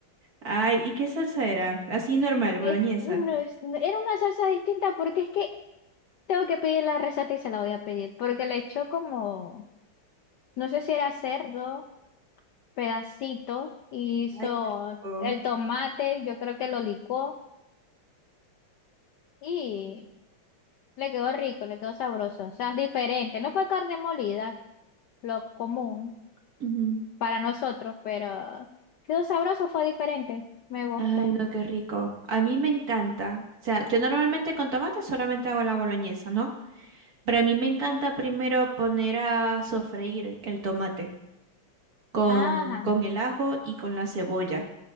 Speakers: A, on the right; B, on the left.
A: Ay, ¿y qué salsa era? Así normal, boloñesa.
B: Es- no es- no- era una salsa distinta porque es que tengo que pedir la receta y se la voy a pedir porque le echó como no sé si era cerdo, pedacito, y hizo
A: Ay, qué rico.
B: el tomate, yo creo que lo licuó y le quedó rico, le quedó sabroso. O sea, diferente. No fue carne molida, lo común
A: Ujú.
B: para nosotros, pero quedó sabroso, fue diferente. Me gustó.
A: Ay, no, qué rico. A mí me encanta. O sea, yo normalmente con tomate solamente hago la boloñesa, ¿no? Pero a mí me encanta primero poner a sofreír el tomate con,
B: Ajá.
A: con el ajo y con la cebolla.